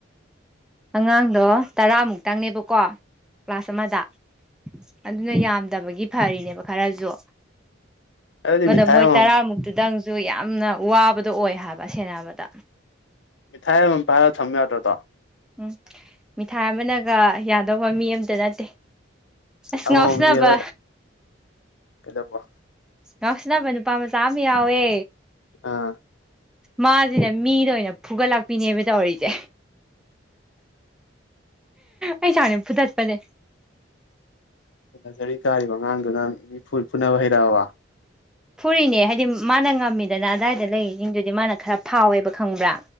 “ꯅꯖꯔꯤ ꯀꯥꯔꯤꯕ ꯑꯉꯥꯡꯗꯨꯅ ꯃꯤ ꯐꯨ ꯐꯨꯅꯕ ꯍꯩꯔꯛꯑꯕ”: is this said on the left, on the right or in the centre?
Left